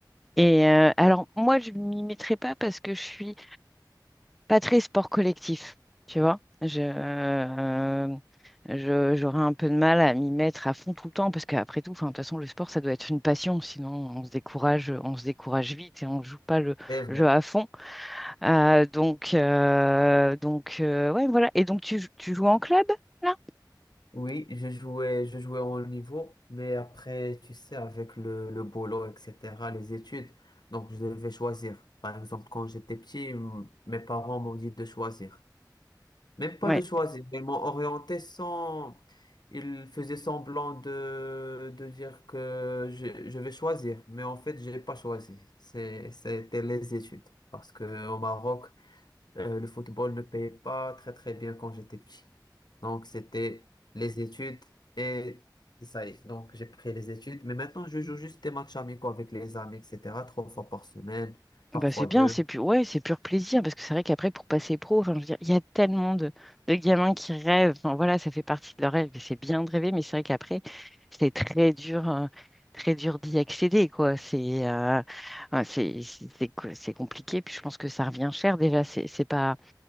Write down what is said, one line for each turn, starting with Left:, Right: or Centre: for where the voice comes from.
Centre: Et euh, alors moi je m'y mettrai pas parce que je suis pas très sport collectif, tu vois. Je, euh, je- j'aurais un peu de mal à m'y mettre à fond tout le temps parce qu'après tout, enfin, de toute façon le sport ça doit être une passion, sinon on se décourage, on se décourage vite et on joue pas le
Left: <laughs> C'est vrai.
Centre: jeu à fond. Euh, donc, euh, donc euh, ouais, voilà. Et donc, tu, tu joues en club, là?
Left: Oui, je jouais, je jouais au haut niveau, mais après, tu sais, avec le, le boulot, etc., les études, donc je devais choisir. Par exemple, quand j'étais petit, m- mes parents m'ont dit de choisir. Même pas
Centre: Ouais.
Left: de choisir. Ils m'ont orienté sans. Ils faisaient semblant de, de dire que je, je vais choisir. Mais en fait, je n'ai pas choisi. C'est- C'était les études. Parce que au Maroc, euh, le football ne payait pas très très bien quand j'étais petit. Donc, c'était les études et et ça y est. Donc, j'ai pris les études. Mais maintenant, je joue juste des matchs amicaux avec les amis, etc. Trois fois par semaine, parfois
Centre: Bah, c'est bien,
Left: deux.
Centre: c'est pur, ouais, c'est pur plaisir, parce que c'est vrai qu'après, pour passer pro, enfin, je veux dire, il y a tellement de, de gamins qui rêvent. Enfin, voilà, ça fait partie de leur rêve, et c'est bien de rêver, mais c'est vrai qu'après, c'est très dur, euh, très dur d'y accéder, quoi. C'est euh, ouais, c'est, c'est, c'est co- c'est compliqué, puis je pense que ça revient cher, déjà, c'est c'est pas...